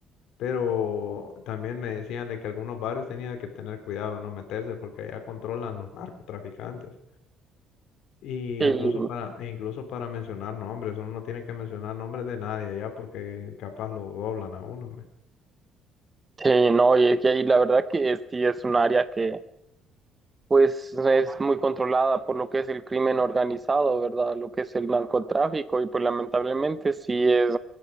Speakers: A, on the left; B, on the right.
A: pero también me decían de que algunos barrios tenían que tener cuidado de no meterse porque allá controlan los narcotraficantes. Y
B: Y
A: incluso para, e incluso para mencionar nombres, uno no tiene que mencionar nombres de nadie allá porque capaz lo doblan a uno.
B: Sí, no, y es que ahí la verdad que es- sí es un área que pues es muy controlada por lo que es el crimen organizado, ¿verdad? Lo que es el narcotráfico y pues lamentablemente sí es,